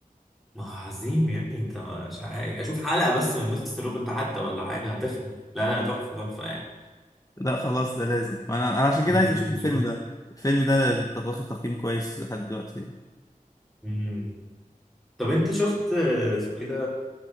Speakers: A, in the centre; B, on the left (about 25°).
A: ما عظيم يا ابني انت مش عارف اشوف حلقه بس من مستر روب انت حتى ولا حاجه هتفهم لا لا تحفه تحفه يعني
B: لا خلاص ده لازم انا انا عشان كده
A: امم
B: عايز اشوف الفيلم
A: شوف
B: ده الفيلم ده واخد تقييم كويس لحد دلوقتي
A: امم طب انت شفت آه، اسمه ايه ده